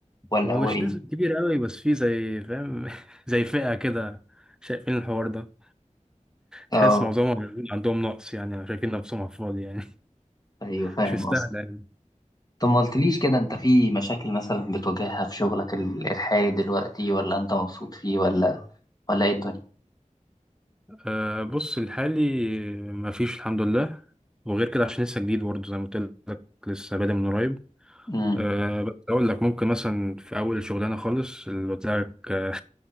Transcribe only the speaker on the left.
ولا
هو
ايه
اه
ايوه فاهم
قصدك
طب ما قلتليش كده انت في مشاكل مثلا بتواجهها في شغلك ال- الحالي دلوقتي ولا انت مبسوط فيه ولا ولا ايه الدنيا
امم